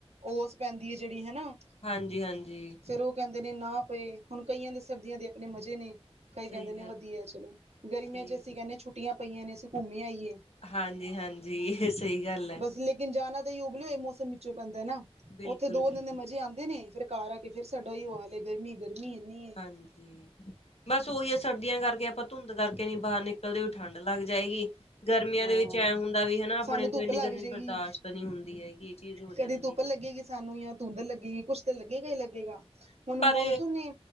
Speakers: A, on the right; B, on the left.
A: ਓਸ ਪੈਂਦੀ ਹੈ ਜਿਹੜੀ ਹਨਾ
B: ਹਾਂਜੀ-ਹਾਂਜੀ
A: ਫੇਰ ਉਹ ਕਹਿੰਦੇ ਨੇ ਨਾ ਪਈ ਹੁਣ ਕਈਆਂ ਦੇ ਸਰਦੀਆਂ ਦੇ ਆਪਣੇ ਮਜ਼ੇ ਨੇ ਕਈ
B: ਸਹੀ
A: ਕਹਿੰਦੇ ਨੇ
B: ਗੱਲ
A: ਵਧੀਆ ਚਲੋ ਗਰਮੀਆਂ
B: ਸਹੀ
A: ਚੇ ਅਸੀਂ ਕਹਿੰਦੇ ਛੁੱਟੀਆਂ ਪਈਆਂ ਨੇ ਅਸੀਂ ਘੁੰਮੇ ਆਈਏ
B: ਹਾਂਜੀ-ਹਾਂਜੀ ਇਹ ਸਹੀ ਗੱਲ ਐ।
A: ਬਸ ਲੇਕਿਨ ਜਾਣਾ ਤਾਂ ਹੀ ਉਬਲਿਓ ਇਹ ਮੌਸਮ ਵਿੱਚੋਂ ਪੈਂਦਾ ਨਾ
B: ਬਿਲਕੁਲ
A: ਉੱਥੇ ਦੋ
B: ਬਿਲਕੁਲ
A: ਦਿਨ ਦੇ ਮਜ਼ੇ ਆਉਦੇ ਨੇ ਫਿਰ ਘਰਰ ਆ ਕੇ ਫੇਰ ਸਾਡਾ ਈ ਉਹ ਹਾਲੇ ਗਰਮੀ-ਗਰਮੀ ਇੰਨੀ
B: ਹਾਂਜੀ ਬਸ ਉਹੀ ਆ ਸਰਦੀਆਂ ਕਰਕੇ ਆਪਾਂ ਧੁੰਦ ਕਰਕੇ ਨੀ ਬਾਹਰ ਨਿਕਲਦੇ ਹੋ ਠੰਢ ਲੱਗ ਜਾਏਗੀ। ਗਰਮੀਆਂ
A: ਹਾਂ
B: ਦੇ ਵਿੱਚ ਐਂ ਹੁੰਦਾ ਵੀ ਹਨਾ ਆਪਣੇ
A: ਸਾਨੂੰ ਧੁੱਪ
B: ਤੋਂ ਇੰਨੀ
A: ਲੱਗ
B: ਗਰਮੀ
A: ਜਾਏਗੀ
B: ਬਰਦਾਸ਼ਤ ਨੀ ਹੁੰਦੀ ਹੈਗੀ ਇਹ ਚੀਜ਼ ਹੋ ਜਾਂਦੀ
A: ਕਦੇ ਧੁੱਪ ਲੱਗੇਗੀ ਸਾਨੂੰ ਜਾਂ ਧੂੰਦ ਲੱਗੇਗੀ ਕੁੱਛ ਤਾਂ ਲੱਗੇਗਾ ਹੀ ਲੱਗੇਗਾ ਹੁਣ
B: ਪਰ
A: ਮੌਨਸੂਨ ਹੀ